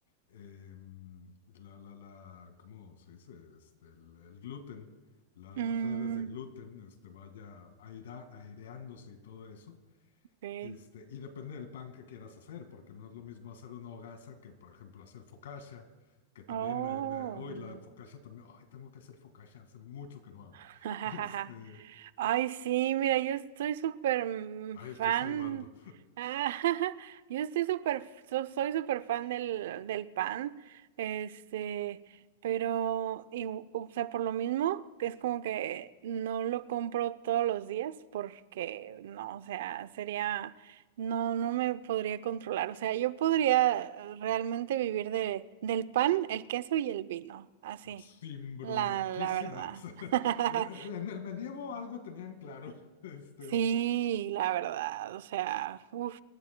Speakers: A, on the left; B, on the right.
A: em, la, la, la, ¿cómo se dice? Este, el, el gluten, la-
B: Mm,
A: las redes de gluten, este, vaya aira- aireándose y todo eso.
B: ok.
A: Este, y depende del pan que quieras hacer, porque no es lo mismo hacer una hogaza que, por ejemplo, hacer focaccia, que también
B: Oh.
A: me, me, uy, la focaccia también, ay, tengo que hacer focaccia, hace mucho que no hago.
B: <laughs> Jajaja.
A: <laughs> Este,
B: Ay, sí, mira, yo estoy súper mm,
A: ay, estoy
B: fan.
A: salivando.
B: Ah, <laughs> yo estoy súper, so- soy súper fan del, del pan. Este, pero, y, o sea, por lo mismo, que es como que no lo compro todos los días porque, no, o sea, sería, no, no me podría controlar. O sea, yo podría eh, realmente vivir de, del pan, el queso y el vino, así,
A: Sin bronquísimas.
B: la, la verdad.
A: <laughs> eh,
B: <laughs>
A: En el medievo algo tenían claro. <laughs> Este,
B: Sí,
A: o,
B: la verdad, o sea, uff,